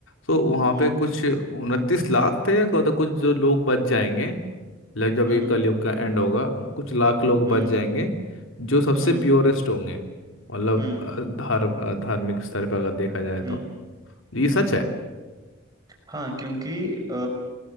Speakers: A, on the left; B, on the right.
A: तो वहाँ
B: हम्म
A: पे कुछ उनतीस लाख थे या क्या होता कुछ जो लोग बच जाएंगे लाइक जब
B: हम्म
A: ये कलयुग का एंड होगा कुछ लाख लोग
B: हम्म
A: बच जाएंगे जो सबसे
B: हम्म
A: प्योरेस्ट होंगे मतलब
B: हम्म
A: अ, धार्म अ, धार्मिक स्तर पर अगर देखा जाए
B: हम्म
A: तो ये सच
B: हम्म हम्म
A: है
B: हाँ क्योंकि अ,